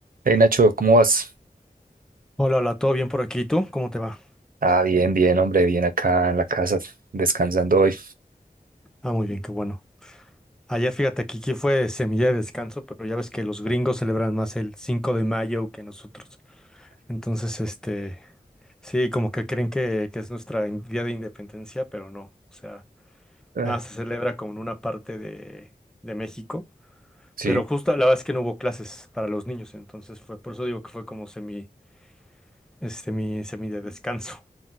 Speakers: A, on the right; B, in the centre.
A: Hey Nacho, ¿cómo vas?
B: Hola, hola, ¿todo bien por aquí? ¿Y tú? ¿Cómo te va?
A: Ah, bien, bien, hombre, bien acá en la casa, descansando hoy.
B: Ah, muy bien, qué bueno. Ayer fíjate, aquí, aquí fue semilla de descanso, pero ya ves que los gringos celebran más el 5 de mayo que nosotros. Entonces, este, sí, como que creen que, que es nuestra in- día de independencia, pero no. O sea,
A: Ah,
B: nada, se celebra como en una parte de, de México,
A: sí,
B: pero justo la verdad es que no hubo clases para los niños, entonces fue, por eso digo que fue como semi, este, mi, semi de descanso.